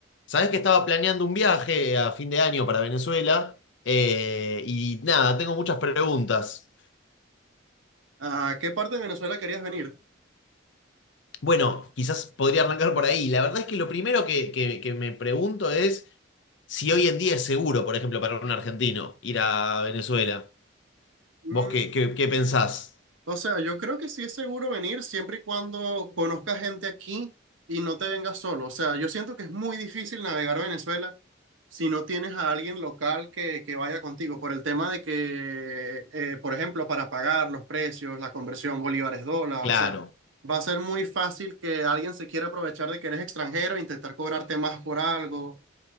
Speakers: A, on the left; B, on the right.
A: Sabés que estaba planeando un viaje a fin de año para Venezuela eh, y nada, tengo muchas preguntas.
B: ¿A qué parte de Venezuela querías venir?
A: Bueno, quizás podría arrancar por ahí. La verdad es que lo primero que, que- que me pregunto es si hoy en día es seguro, por ejemplo, para un argentino ir a Venezuela.
B: Mm,
A: ¿Vos qué, qué, qué pensás?
B: o sea, yo creo que sí es seguro venir siempre y cuando conozcas gente aquí y no te vengas solo. O sea, yo siento que es muy difícil navegar Venezuela si no tienes a alguien local que, que vaya contigo, por el tema de que, eh, por ejemplo, para pagar los precios, la conversión bolívares-dólar,
A: Claro,
B: o sea, va a ser muy fácil que alguien se quiera aprovechar de que eres extranjero e intentar cobrarte más por algo.